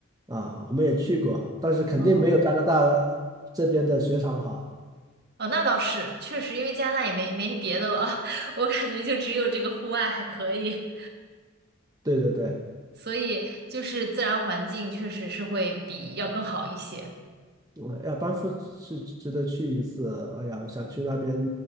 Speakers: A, on the right; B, on the right.
A: 啊，我们也去过，但是肯定没有加拿大
B: 哦
A: 这边的雪场好。
B: 哦，那倒是，确实，因为加拿大也没没别的了，<laughs> 我感觉就只有这个户外还可以，
A: 对对对，
B: 所以就是自然环境确实是会比要更好一些。
A: 嗯要班夫是值得去一次，哎呀，想去那边